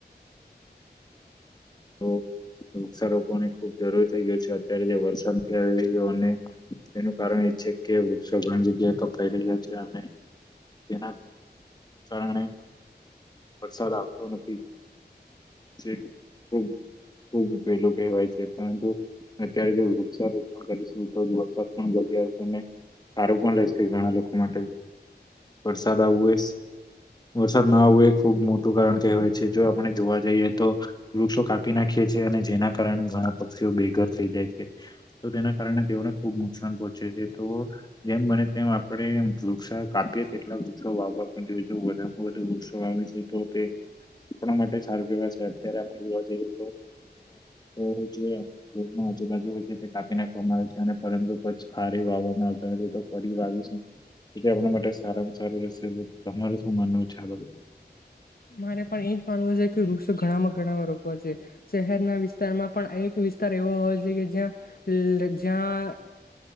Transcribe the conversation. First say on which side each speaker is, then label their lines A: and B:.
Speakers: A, on the left (about 60°); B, on the left (about 25°).
A: <inaudible>
B: તો વૃક્ષારોપણ પણ ખુબ જરૂરી થઈ ગયો છે, અત્યારે જે વરસાદ નથી થઈ રહ્યો અને એનું કારણે છે કે વૃક્ષો ઘણી જગ્યાએ કપાઈ રહ્યા છે, અને તેના કારણે વરસાદ આવતો નથી જે ખ ખુબ પેલું કહેવાય છે પરંતુ અત્યારે જો વૃક્ષારો તો વરસાદ પણ આવશેને સારું પણ લશે ઘણા લોકો માટે વરસાદ આવવું એ વરસાદ ના આવવું એ ખુબ મોટું કારણ કહેવાય છે જો આપણે જોવા જઈએ તો વૃક્ષો કાપી નાખીએ છે અને જેના કારણે ઘણા પક્ષીઓ બેઘર થઈ જાય છે તો તેના કારણે તેઓ ખુબ નુકસાન પહોંચે છે તો જેમ બને તેમ આપણે નુકસાન કાપીએ તેટલા વા પણ જોઈ વધમાં વધુ વૃક્ષોીશું તો તે આપણા માટે સારું કેવા છે અરામાં જોવા જઈએ તો તો જે જેરમાં આજુબાજુ હોય છે, તે કાપી નાખવામાં આવે છે, અને પરંતુ કછ ફારી વાનું <unintelligible> આપણા માટે સારામાં સારું રહેશે તમારે શું માનવું છે? આ બાબતે
A: મારે પણ એજ માનવું છે, કે વૃક્ષ ઘણા ઘણા રોપવા જોય, શહેરના વિસ્તારમાં પણ એક વિસ્તાર એવો હોય કે જ્યાં જ્યાં